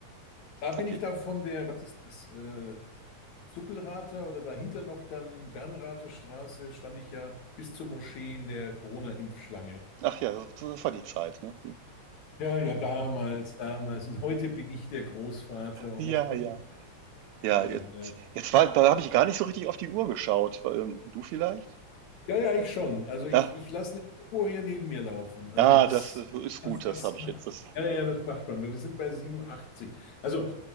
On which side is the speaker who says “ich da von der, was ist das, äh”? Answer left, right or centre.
Left